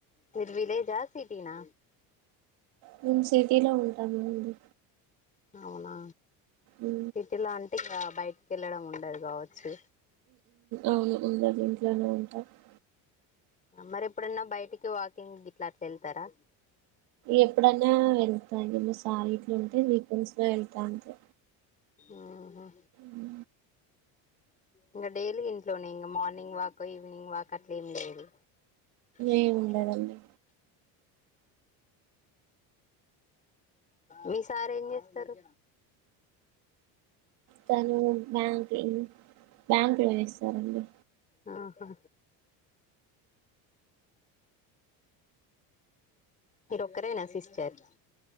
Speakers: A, on the left; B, on the right.
A: మీది విలేజా సిటీనా
B: నేను సిటీలో ఉంటాను మరి
A: అవునా
B: ఉ
A: సిటీలో అంటే ఇకా బయటికి వెళ్ళడం ఉండదు కావచ్చు
B: అవును ఉండదు ఇంట్లోనే ఉంటా ఓ
A: మరి ఎప్పుడన్నా బయటికి వాకింగ్ గిట్లా అట్లా వెళ్తారా
B: ఎప్పుడైన వెళ్తా మ సారి ఇట్లు ఉంటే వీకెండ్స్ లో వెళ్తా అంతే
A: ఆహా
B: ఉ
A: ఇంకా డైలీ ఇంట్లోనే ఇంకా మార్నింగ్ వాక్ ఈవినింగ్ వాక్ అట్లే ఏం లేదు ఏ
B: ఏం
A: మా
B: ఉండదండి
A: మీ సార్ ఏం చేస్తారు
B: తను బ్యాంక్ బ్యాంక్ లోన్ ఇస్తారండి
A: ఆహా మీర ఒక్కరే సిస్టర్